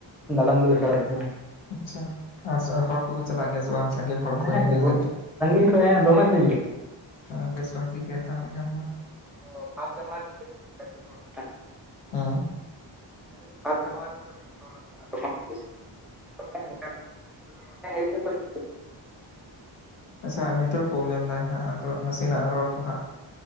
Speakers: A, in the centre; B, on the left.
A: ᱫᱟᱲᱟᱱ ᱫᱚ ᱞᱮ ᱪᱟᱞᱟᱜ ᱛᱟᱦᱮᱱᱟ
B: ᱟᱪᱪᱷᱟ, ᱟᱨᱪᱷᱟ ᱦᱚᱲ ᱠᱚᱠᱚ ᱪᱟᱞᱟᱜ ᱜᱮᱭᱟ ᱥᱮ ᱛᱚ ᱣᱟᱝ ᱥᱟᱝᱜᱮ ᱦᱚᱲ
A: ᱦᱮᱸ
B: ᱠᱚ ᱜᱮ ᱧᱮᱞ ᱧᱮᱞ
A: ᱜᱚᱴ
B: ᱞᱟᱜᱤ
A: ᱥᱟᱺᱜᱤᱧ ᱠᱷᱚᱡ ᱦᱮᱸ ᱫᱚᱢᱮ ᱠᱚ ᱦᱤᱡᱩᱜᱼᱟ
B: ᱚ, ᱵᱮᱥ ᱵᱷᱟᱜᱤ ᱜᱮ ᱛᱟᱦᱚᱞᱮ ᱠᱷᱟᱱ ᱢᱟ
A: ᱛᱚ ᱯᱷᱟᱥ ᱡᱟᱱᱣᱨᱤ ᱨᱮ ᱟᱭᱢᱟ ᱜᱟᱫᱮ ᱦᱚᱲ ᱠᱚ
B: ᱦᱮᱸ
A: ᱢᱮᱱ ᱤᱫᱤᱧ ᱯᱷᱟᱥ ᱡᱟᱱᱣᱟᱨᱤ ᱨᱮ ᱫᱚ ᱵᱷᱟᱜᱮ... ᱡᱷᱚᱛᱚ ᱦᱚᱲ ᱮ ᱛᱟᱦᱮᱱᱟ ᱛᱚᱠᱷᱚᱱ ᱜᱮ ᱠᱚ <unintelligible> ᱵᱟᱱᱠᱷᱟᱱ ᱱᱚᱱᱠᱟᱱ ᱫᱤᱱ ᱨᱮ ᱫᱚ ᱦᱮᱡ ᱫᱚ ᱠᱚ ᱦᱤᱡᱩᱜ ᱜᱤᱭᱟ
B: ᱟᱪᱪᱷᱟ ᱱᱮᱴᱚᱣᱟᱨᱠ ᱯᱨᱚᱵᱞᱮᱢ ᱮᱫᱟᱭ ᱦᱟᱸᱜ ᱟᱫᱚ ᱱᱟᱥᱮᱱᱟᱜ ᱨᱚᱲ ᱠᱚ ᱦᱟᱸᱜ